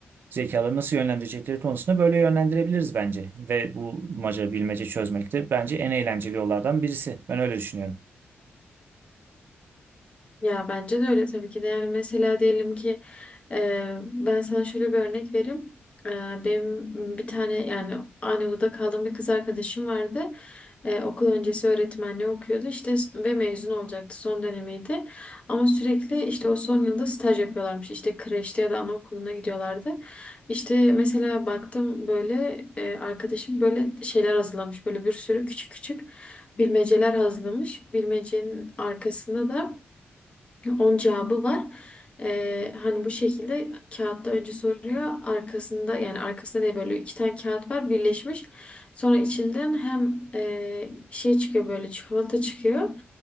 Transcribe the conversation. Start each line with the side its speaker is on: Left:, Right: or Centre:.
Right: zekaları nasıl yönlendirecekleri konusunda böyle yönlendirebiliriz bence. Ve bu maca bilmece çözmek de bence en eğlenceli yollardan birisi. Ben öyle düşünüyorum.
Left: Ya bence de öyle tabii ki de. Yani mesela diyelim ki e, ben sana şöyle bir örnek vereyim. E, benim bir tane yani aynı odada kaldığım bir kız arkadaşım vardı. E, okul öncesi öğretmenliği okuyordu işte ve mezun olacaktı son dönemiydi. Ama sürekli işte o son yılda staj yapıyorlarmış. işte kreşte ya da anaokuluna gidiyorlardı. İşte mesela baktım böyle e, arkadaşım böyle şeyler hazırlamış. Böyle bir sürü küçük küçük bilmeceler hazırlamış. Bilmecenin arkasında da On cevabı var. Ee, hani bu şekilde kağıtta önce soruyor. Arkasında yani arkasında diye böyle iki tane kağıt var birleşmiş. Sonra içinden hem e, şey çıkıyor böyle çikolata çıkıyor.